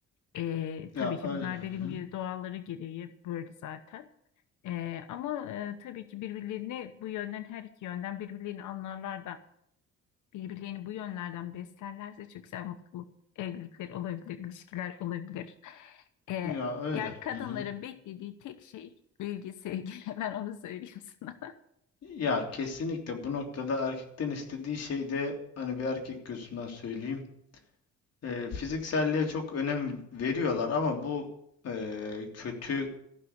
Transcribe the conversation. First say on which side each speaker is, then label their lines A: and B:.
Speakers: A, on the left; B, on the left.
A: Ee,
B: Ya
A: tabii ki
B: öyle.
A: bunlar
B: Hı hı.
A: dediğim gibi doğalları gereği böyle zaten. Ee, ama e, tabii ki birbirlerini bu yönden her iki yönden birbirlerini anlarlar da birbirlerini bu yönlerden beslerlerse çok güzel mutluluk evlilikler olabilir, ilişkiler olabilir. Ee,
B: Ya öyle.
A: yani kadınların
B: Hı hı.
A: beklediği tek şey ilgi, sevgi. <laughs> Ben onu söylüyorum sana.
B: Ya kesinlikle bu noktada erkekten istediği şey de hani bir erkek gözünden söyleyeyim. e, fizikselliğe çok önem veriyorlar ama bu e, kötü